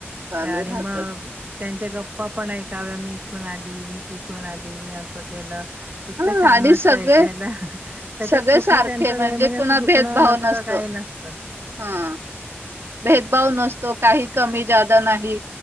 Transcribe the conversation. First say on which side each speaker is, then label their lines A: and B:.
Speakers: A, on the right; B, on the right.
A: चालू
B: आणि
A: राहतात.
B: मग त्यांच्या गप्पा पण ऐकाव्या. मी इथून आली, मी तिथ थून आली. मी असं केलं इतकं
A: हां
B: छान
A: आणि
B: वाटतं
A: सगळे
B: ऐकायला. त्याच्यात
A: सगळे
B: कुठलं
A: सारखे
B: त्यांचं हे म्हणजे
A: कुणा
B: असं दुखणं
A: भेदभाव
B: नसतं,
A: नसतो.
B: काय नसतं <inaudible>
A: हां. भेदभाव नसतो. काही कमी जादा नाही.